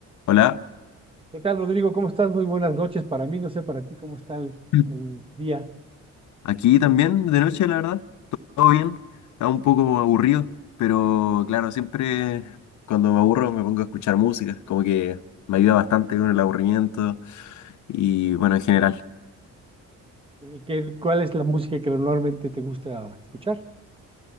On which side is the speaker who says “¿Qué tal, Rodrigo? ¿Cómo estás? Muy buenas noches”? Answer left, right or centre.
Right